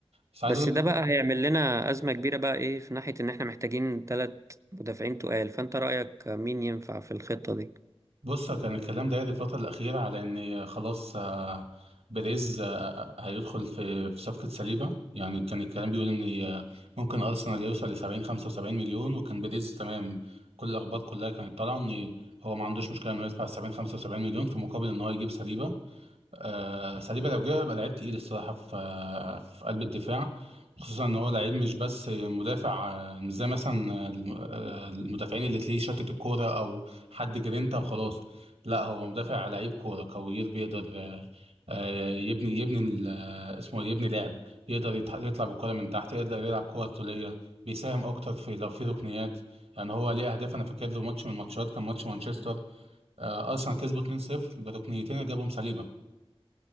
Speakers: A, on the right; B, on the right.
A: بس عايز
B: بس
A: اقول
B: ده بقى هيعمل لنا ازمه كبيره بقى ايه في ناحيه ان احنا محتاجين ثلاث مدافعين تقال فانت رايك مين ينفع في الخطه دي
A: بص كان الكلام ده الفترة الأخيرة على إن خلاص آه، بيريز آه، هيدخل في في صفقة سليبة يعني كان الكلام بيقول إن آه، ممكن أرسنال يوصل لسبعين خمسة وسبعين مليون وكان بيريز تمام كل الأخبار كلها كانت طالعة إن هو ما عندوش مشكلة إنه يدفع سبعين خمسة وسبعين مليون في مقابل إن هو يجيب سليبة آه، ساليبا لو جه هيبقى لعيب تقيل الصراحه في في قلب الدفاع خصوصا ان هو لعيب مش بس مدافع آه، مش زي مثلا الم- آه، المدافعين اللي تلاقيه شتت الكوره او حد جرينتا وخلاص لا هو مدافع لعيب كوره كوير بيقدر آه، آه، يبني يبني ال- آه، اسمه إيه؟ يبني لعب يقدر يتح- يطلع بالكوره من تحت يقدر يلعب كوره طوليه بيساهم اكتر في لو في ركنيات يعني هو ليه اهداف انا فاكر له ماتش من الماتشات كان ماتش مانشستر آه، ارسنال كسبوا 2-0 بركنيتين اللي جابهم ساليبا